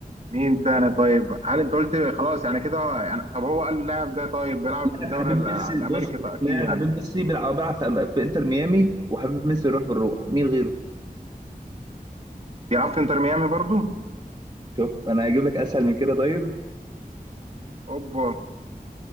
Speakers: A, on the right; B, on the right.
A: مين تاني طيب هل انت قلت خلاص يعني كده يعني طب هو قال اللاعب ده طيب بيلعب في الدوري
B: لاعب حبيب
A: ال-
B: ميسي
A: الامريكي
B: بص
A: طيب اكيد
B: لاعب
A: يعني
B: حبيب ميسي بيلعب بيلعب في في انتر ميامي وحبيب ميسي يروح بالروح مين غيره
A: بيلعب في انتر ميامي برضو
B: شوف انا هجيب لك اسهل من كده طيب
A: اوبا